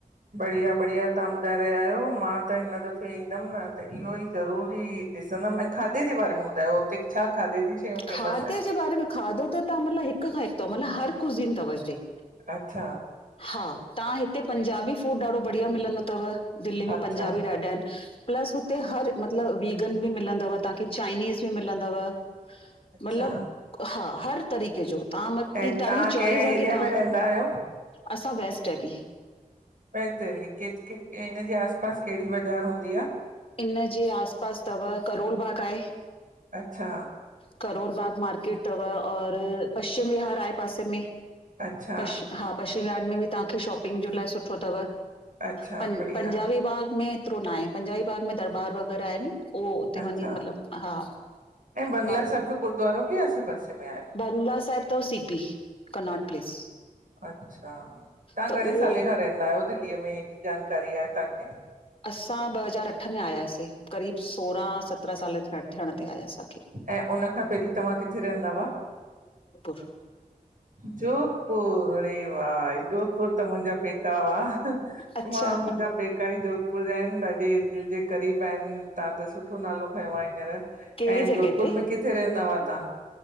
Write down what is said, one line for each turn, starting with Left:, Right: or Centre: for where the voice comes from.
Right: बढ़िया बढ़िया तव्हां ॿुधाए रहिया आहियो मां त हिन द <unintelligible> ईंदमि न त इहो ई ज़रूरी ॾिसंदमि ऐं खाधे जे बारे में ॿुधायो हुते छा खाधे जी शयूं
Left: खाधे
Right: फेमस आहिनि?
Left: जे बारे में खाधो त तव्हां मतलबु हिक खां हिकु तव मतिलबु हर कुझीन थव हिते
Right: अच्छा।
Left: हा तव्हां हिते पंजाबी फूड ॾाढो बढ़िया मिलंदो तव दिल्लीअ में
Right: अच्छा
Left: पंजाबी ॾाढा आहिनि। प्लस हुते हर मतिलबु वीगन बि मिलंदव तव्हांखे चाइनीज़ बि मिलंदव।
Right: अच्छा
Left: मतलब हा हर तरीक़े जो तव्हां म
Right: ऐं
Left: की तव्हांजी
Right: तव्हां
Left: चॉइस
Right: कंहिं
Left: आ
Right: एरिया
Left: की तव्हां
Right: में रहंदा आहियो?
Left: असां वेस्ट डेली
Right: ऐं देली <unintelligible> हिन जे आस पास कहिड़ी बाज़ार हूंदी आ?
Left: इन जे आस पास अथव करोल बाग़ आहे।
Right: अच्छा।
Left: करोल बाग मार्केट तव और पश्चिम विहार आ पासे में।
Right: अच्छा।
Left: पश हा। पश्चिमियाार्ड में बि तव्हांखे शॉपिंग जे लाइ सुठो तव।
Right: अच्छा
Left: पं
Right: बढ़िया
Left: पंजाबी बाग में हेएतिरो न आ, पंजाबी बाग में दरबार वग़ैरह आहिनि। उह त
Right: अच्छा
Left: मञानी मतलब हा
Right: ऐं बंगला
Left: ब।
Right: साहिब जो गुरुद्वारो बि आसे पासे में आहे?
Left: बगला साहिब तव सीपी कर्नाट प्लेस।
Right: अच्छा। तव्हां
Left: त
Right: घणे
Left: उहो
Right: साले खां रहंदा आहियो दिल्लीअ में हेॾी जानकारी आ तव्हांखे।
Left: असां ॿ हज़ार अठ में आयासे क़रीब सोरहं सत्रहं साल थिया थियण ते आयास।
Right: ऐं उनखां पहिरीं तव्हां किथे रहंदा हुआ।
Left: <inaudible>
Right: जोधपुर रे वाई जोधपुर त मुंहिंजा पेका हुआ।
Left: अच्छा।
Right: मां मुंहिंजा पेका ई जोधपुर जा आहिनि। ॾाढे दिलि जे क़रीब आहिनि। तव्हां त सुठो नालो खयों आ हींअर।
Left: कहिड़ी
Right: ऐं!
Left: जॻह
Right: जोधपुर
Left: ते
Right: में किथे रहंदा हुआ तव्हां?